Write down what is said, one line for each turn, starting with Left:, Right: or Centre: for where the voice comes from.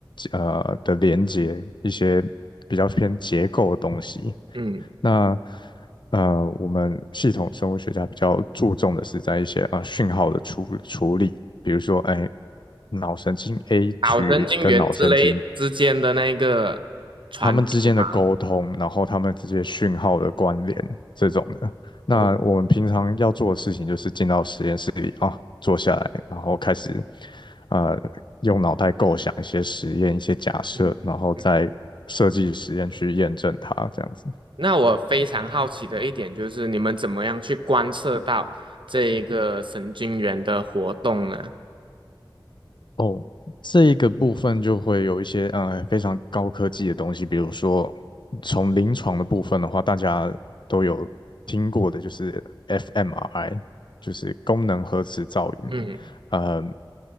Left: 呃的连接，一些比较偏结构的东西。
Right: 嗯
Left: 那呃，我们系统生物学家比较注重的是在一些啊、呃讯号的处处理，比如说，哎，脑神经 A
Right: 脑神经元之类之间的那个传递嘛。
Left: 区域跟脑神经它们之间的沟通，然后它们之间讯号的关联这种的。那我们平常要做的事情就是进到实验室里啊、
Right: 哦，
Left: 坐下来，然后开始呃用脑袋构想一些实验、一些假设，
Right: 嗯，
Left: 然后再设计实验去验证它，
Right: 嗯
Left: 这样子。
Right: 那我非常好奇的一点就是，你们怎么样去观测到这一个神经元的活动呢？
Left: 哦，这一个部分就会有一些呃非常高科技的东西，比如说从临床的部分的话，大家都有听过的，就是 fMRI，就是功能核磁造影。
Right: 嗯
Left: 呃，